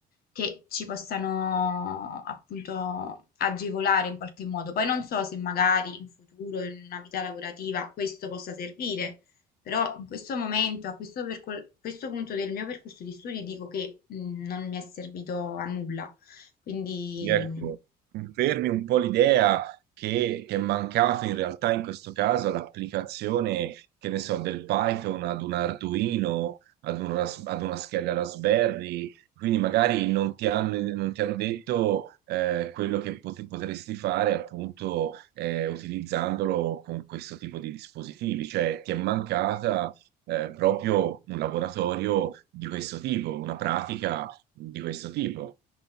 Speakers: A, on the left; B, on the right.
A: che ci possano appunto agevolare in qualche modo. Poi non so se magari in futuro, in una vita lavorativa, questo possa servire. Però in questo momento, a questo, percor- questo punto del mio percorso di studi, dico che mh, non mi è servito a nulla. Quindi
B: Ecco, confermi un po' l'idea che ti è mancato in realtà in questo caso l'applicazione, che ne so, del Python ad un Arduino, ad un ras- ad una scheda Raspberry, quindi magari non ti hanno, non ti hanno detto eh, quello che pot- potresti fare appunto eh, utilizzandolo con questo tipo di dispositivi, cioè ti è mancata eh, proprio un laboratorio di questo tipo, una pratica di questo tipo.